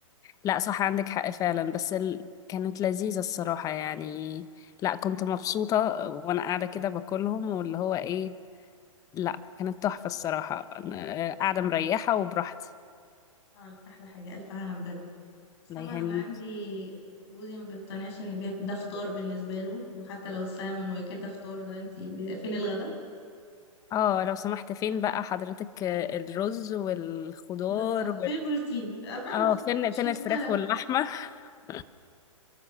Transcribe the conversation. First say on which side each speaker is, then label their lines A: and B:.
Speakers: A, on the left (about 20°); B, on the left (about 50°).
A: لا صح عندك حق فعلا بس ال... كانت لذيذة الصراحة يعني لا كنت مبسوطة وانا قاعدة كده باكلهم واللي هو ايه لا كانت تحفة الصراحة أنا قاعدة مريحة وبراحتي
B: اه لا احلى حاجه الف هنا بجد بس طبعا
A: الله يهنيكي
B: انا عندي جوزي ما بيقتنعش ان بي- ده فطار بالنسبه له إنه حتى لو السلمون وكده فطار ده انت فين الغدا
A: اه لو سمحت فين بقى حضرتك الرز والخضار
B: بالظبط فين
A: وال...
B: البروتين <laughs> عارفة؟
A: اه فين
B: مش
A: فين
B: مقتنع
A: الفراخ واللحمة <laughs>